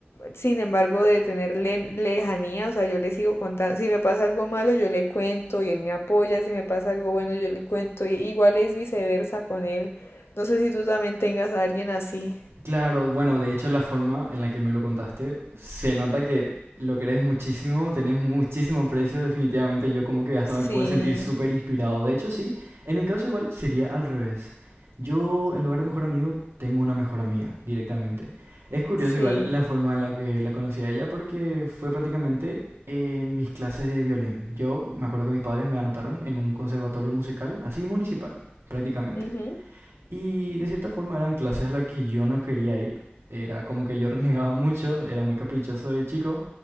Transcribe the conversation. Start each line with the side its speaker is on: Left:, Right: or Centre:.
Left: sin embargo, de tener le- lejanía, o sea, yo le sigo contando, si me pasa algo malo, yo le cuento y él me apoya, si me pasa algo bueno, yo le cuento, y igual es viceversa con él. No sé si tú también tengas a alguien así.
Right: Claro, bueno, de hecho la forma en la que me lo contaste, se nota que lo querés muchísimo, tenés muchísimo precio, definitivamente yo como que hasta
Left: Sí,
Right: me pude sentir súper inspirado. De hecho, sí, en mi caso igual sería al revés. Yo en lugar de mejor amigo tengo una mejor amiga directamente. Es curioso
Left: sí.
Right: igual la forma en la que la conocí a ella porque fue prácticamente en mis clases de violín. Yo me acuerdo que mis padres me anotaron en un conservatorio musical, así municipal, prácticamente.
Left: Ujú.
Right: Y de cierta forma eran clases a las que yo no quería ir. Era como que yo <laughs> renegaba mucho, era muy caprichoso de chico.